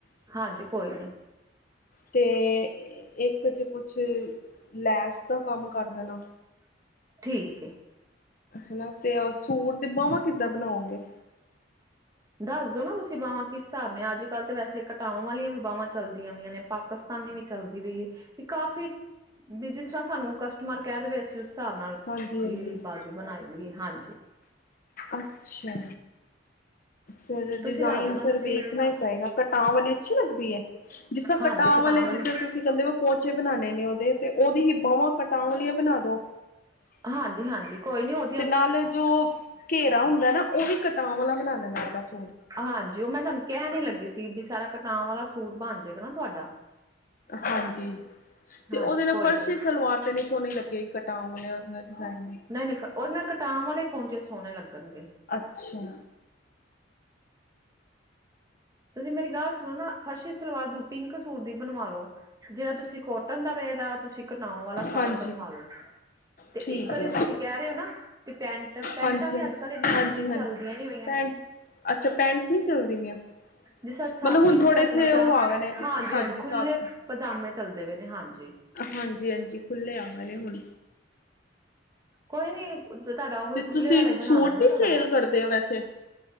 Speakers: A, on the right; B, on the left.
A: -ਹਾਂਜੀ ਕੋਈ ਨੀ
B: ਤੇ ਇੱਕ ਚੇ ਕੁਛ ਲੈਸ ਦਾ ਕੰਮ ਕਰ ਦੇਣਾ।
A: ਠੀਕ ਏ।
B: ਹਨਾ ਤੇ ਸੂਟ ਦੇ ਬਾਹਵਾਂ ਕਿੱਦਾਂ ਬਣਾਓਗੇ।
A: ਦੱਸ ਦੋ ਨਾ ਤੁਸੀਂ ਬਾਹਵਾਂ ਕਿਸ ਹਿਸਾਬ ਨਾਲ ਨੇ ਅੱਜ ਕੱਲ ਤਾਂ ਵੈਸੇ ਘਟਾਵਾਂ ਵਾਲੀਆਂ ਵੀ ਬਾਹਵਾਂ ਚੱਲਦੀਆਂ ਪਈਆਂ ਨੇ ਪਾਕਿਸਤ ਤਾਨੀ ਵੀ ਚੱਲਦੀ ਪਈ ਹੈ ਵੀ ਕਾਫ਼ੀ ਵੀ ਜਿਸ ਤਰ੍ਹਾਂ ਸਾਨੂੰ ਕਸਟਮਰ ਕਹਿ ਦੇਵੇ ਅਸੀਂ ਉਸ ਹਿਸਾਬ ਨਾਲ
B: ਹਾਂਜੀ ਹਾਂਜੀ
A: ਵੀ ਬਾਜੂ ਬਣਾਏ ਗੀ ਹਾਂਜੀ।
B: ਅੱਛਾ। ਫਿਰ
A: ਤੁਸੀਂ
B: ਡਿਜ਼ਾਇਨ
A: ਦੱਸ ਦੋ ਨਾ
B: ਫਿਰ
A: ਤੁਸੀਂ
B: ਵੇਖਣਾ ਹੀ ਪਏਗਾ ਕਟਾਂ ਵਾਲੀ ਅੱਛੀ ਲੱਗਦੀ ਏ। ਜਿਸ ਤਰ
A: ਹਾਂਜੀ
B: ਕਟਾਂ ਵਾਲੇ
A: ਵਾਲੀ
B: ਜਿਦੇ ਤੁਸੀਂ ਕਹਿੰਦੇ ਪੋਚੇ ਬਣਾਉਂਣੇ ਨੇ ਉਹਦੇ ਤੇ ਉਹਦੀ ਹੀ ਬਾਹਵਾਂ ਕਟਾਂ ਵਾਲੀਆਂ ਬਣਾ ਦੋ।
A: ਹਾਂਜੀ -ਹਾਂਜੀ ਕੋਈ ਨੀ ਉਹ
B: ਤੇ ਨਾਲ ਜੋ ਘੇਰਾ ਹੁੰਦਾ ਨਾ ਉਹ ਵੀ ਕਟਾਂ ਵਾਲਾ ਬਣਾ ਦਿੰਦਾ ਆ ਬਸ
A: ਹਾਂਜੀ ਉਹ ਮੈਂ ਤੁਹਾਨੂੰ ਕਹਿਣ ਨੀ ਲੱਗੀ ਸੀ ਵੀ ਸਾਰਾ ਕਟਵ ਵਾਲਾ ਸੂਟ ਬਣ ਜਾਏਗਾ ਨਾ ਤੁਹਾਡਾ
B: ਹਾਂਜੀ। ਤੇ
A: ਹਾਂਜੀ
B: ਉਹਦੇ
A: ਕੋਈ
B: ਨਾਲ ਫਰਸੀ
A: ਨੀ
B: ਸਲਵਾਰ ਤੇ ਨੀ ਸੋਹਣੀ ਲੱਗੀ ਕਟਾਂ ਵਾਲੇ ਡਿਜਾਇਨ
A: ਨਹੀਂ -ਨਹੀਂ ਉਹਦੇ ਨਾਲ ਕਟਾਉਣ ਵਾਲੇ ਪੋਚੇ ਸੋਹਣੇ ਲੱਗਣਗੇ।
B: ਅੱਛਾ।
A: ਤੁਸੀਂ ਮੇਰੀ ਗੱਲ ਸੁਣੋ ਨਾ ਫਰਸੀ ਸਲਵਾਰ ਦੂ ਪਿੰਕ ਸੂਟ ਦੀ ਬਣਵਾ ਲਓ ਜਿਹੜਾ ਤੁਸੀਂ ਕੋਟਨ ਦਾ ਵੇ ਦਾ ਤੁਸੀਂ ਘਟਾਂਵਾਂ ਵਾਲਾ ਸਾਰਾ
B: ਹਾਂਜੀ
A: ਬਣਵਾਲੋ। ਤੇ
B: ਠੀਕ
A: ਇੱਕ ਤਾਂ
B: ਹੈ
A: ਤੁਸੀਂ ਕਹਿ ਰਹੇ ਹੋ ਨਾ ਕਿ ਪੈਂਟ ਪੈਂਟਾਂ
B: ਹਾਂਜੀ
A: ਤੇ
B: ਹਾਂਜੀ
A: ਅੱਜ ਕੱਲ ਇੰਨੀਆਂ
B: ਹਾਂਜੀ ਹਾਂਜੀ
A: ਚਲਦੀਆਂ ਨੀ ਪਈਆਂ।
B: ਪੈਂਟ ਅੱਛਾ ਪੈਂਟ ਨਹੀਂ ਚੱਲਦੀਆਂ ਪਈਆਂ।
A: ਜਿਸ ਤਰ ਸੱਤ
B: ਮਤਲਬ ਹੁਣ
A: ਇੰਚ
B: ਥੋੜੇ
A: ਦਾ
B: ਸੇ
A: ਪੌਂਚਾ
B: ਉਹ ਆ ਗਏ ਨੇ
A: ਹਾਂਜੀ- ਹਾਂਜੀ
B: ਸਾਥ
A: ਖੁੱਲੇ ਪਦਾਮੇ ਚੱਲਦੇ ਪਏ ਨੇ ਹਾਂਜੀ।
B: ਹਾਂਜੀ- ਹਾਂਜੀ ਖੁੱਲੇ ਆਵਾਂਗੇ ਹੁਣ
A: ਕੋਈ ਨੀ ਤੁਹਾਡਾ ਉਹੀ
B: ਤੇ
A: ਖੁੱਲੇ
B: ਤੁਸੀਂ
A: ਵਾਲਾ ਹੀ
B: ਸੂਟ
A: ਬਣਾ ਦਗੇ ਨਾ
B: ਵੀ
A: ਤੁਹਾਡਾ
B: ਸੇਲ ਕਰਦੇ ਹੋ ਵੈਸੇ